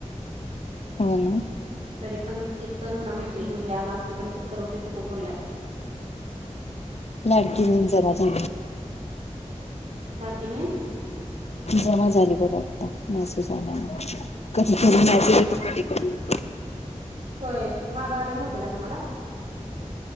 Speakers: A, on the left (about 55°); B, on the right (about 70°).
A: हो ना.
B: तरी पण ती पण मला म्हटली म्हटली आग आमच्याकडे सत्तर रुपये पिको फरलाय
A: लडकी बेन जलाता
B: डकीमन
A: जमा झाली बघ आता मॅसेज आल्याने कधी कधी मॅसेज येतो कधी कधी येतो
B: होय मागा आले नव्हते ना तुम्हाला